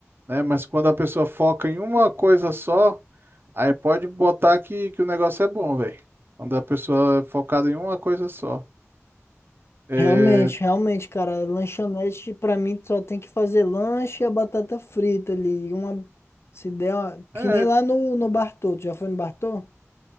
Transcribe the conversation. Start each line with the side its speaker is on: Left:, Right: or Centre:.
Right: né? Mas quando a pessoa foca em uma coisa só, aí pode botar que, que o negócio é bom, velho. Quando a pessoa é focada em uma coisa só. É,
Left: Realmente, realmente, cara. Lanchonete, pra mim, só tem que fazer lanche e a batata frita ali. Uma, se der uma, que
Right: é,
Left: nem lá no, no Bartô. Tu já foi no Bartô?